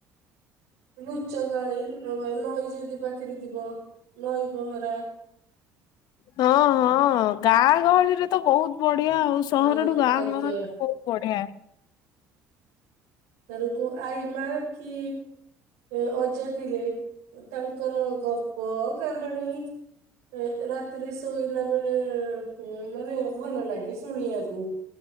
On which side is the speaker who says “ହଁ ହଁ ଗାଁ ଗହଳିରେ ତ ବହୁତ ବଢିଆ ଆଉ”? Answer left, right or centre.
Left